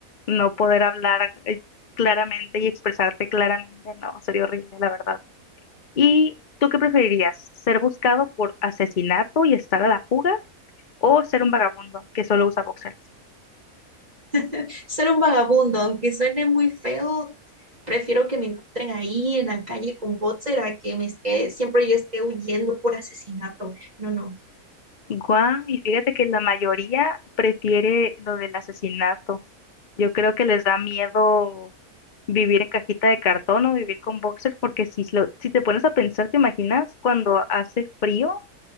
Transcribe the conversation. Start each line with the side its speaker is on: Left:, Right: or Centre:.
Left: no poder hablar eh, claramente y expresarte claramente? No, sería horrible, la verdad. ¿Y tú qué preferirías? ¿Ser buscado por asesinato y estar a la fuga o ser un vagabundo que solo usa boxers?
Right: <laughs> Ser un vagabundo, aunque suene muy feo, prefiero que me encuentren ahí en la calle con boxer a que me esté, siempre yo esté huyendo por asesinato. No, no.
Left: Guau, y fíjate que la mayoría prefiere lo del asesinato. Yo creo que les da miedo vivir en cajita de cartón o vivir con boxers, porque si, lo- si te pones a pensar, ¿te imaginas cuando hace frío?